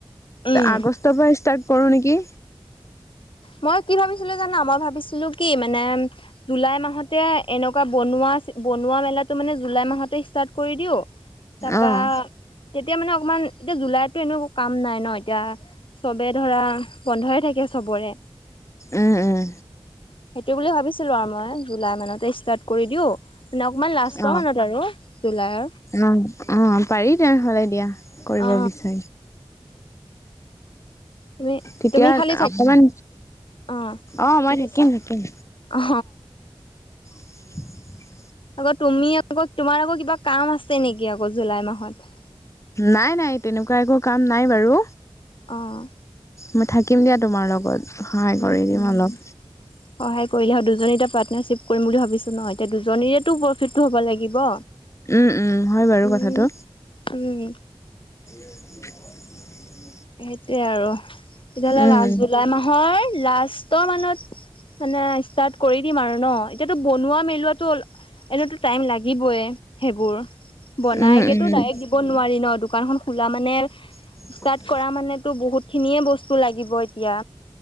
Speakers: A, on the left (about 65°); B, on the left (about 30°).
A: উম।
B: আগষ্টৰ পৰা কৰোঁ নেকি।
A: মই কি ভাবিছিলো জানা মই ভাবিছিলো কি মানে জুলাই মাহতে এনেকুৱা বনোৱা। বনোৱা মেলাটো মানে জুলাই মাহতে ষ্টাৰ্ট কৰি দিও। তাৰপা
B: উম
A: তেতিয়া মানে অকমান। এতিয়া জুলাইতো এনেও কাম নাই ন এতিয়া চবে ধৰা বন্ধয় থাকে চবৰে।
B: উম
A: সেইটো বুলি ভাবিছিলো আৰু মই জুলাই মানতে ষ্টাৰ্ট কৰি দিও। মানে অকমান লাষ্টৰ
B: অ
A: মানত আৰু জুলাইৰ
B: অ অ পাৰি তেনেহ'লে দিয়া। কৰিব
A: অ
B: বিচাৰি।
A: তুমি
B: তেতিয়া
A: তুমি খালি থাক
B: অকমান।
A: অ
B: অ
A: কি
B: মই
A: কৈছা
B: থাকিম থাকিম।
A: অ
B: <inaudible>
A: আকৌ তুমি আকৌ তোমাৰ আকৌ কিবা কাম আছে নেকি আকৌ জুলাই মাহত
B: নাই নাই তেনেকুৱা একো কাম নাই বাৰু
A: আহঁ
B: মই থাকিম দিয়া তোমাৰ লগত সহায়
A: উম
B: কৰি দিম
A: উম
B: অলপ
A: সহায় কৰিলেহ দুই দুজনী এতিয়া পাৰ্টনাৰশ্বিপ কৰিম ভাবিছোঁ ন এতিয়া দুজনীতো প্ৰফিটটো হ'ব লাগিব
B: উম উম হয় বাৰু
A: উম,
B: কথাটো
A: উম
B: <inaudible>
A: সেইটোয়ে আৰু তেতিয়াহ'লে
B: উম
A: লাষ্ট
B: উম
A: জুলাই মাহৰ লাষ্ট ত মানত মানে ষ্টাৰ্ট কৰি দিম আৰু ন এতিয়াতো বনোৱা মেলোৱাটো অলপ এনেইতো টাইম লাগিবই সেইবোৰ বনাইকেতো
B: উম উম
A: ডাইৰেক্ট দিব নোৱাৰি ন দোকান খন খোলা মানে
B: হয়
A: ষ্টাৰ্ট কৰা মানেটো বহুত খিনিয়ে বস্তু লাগিব এতিয়া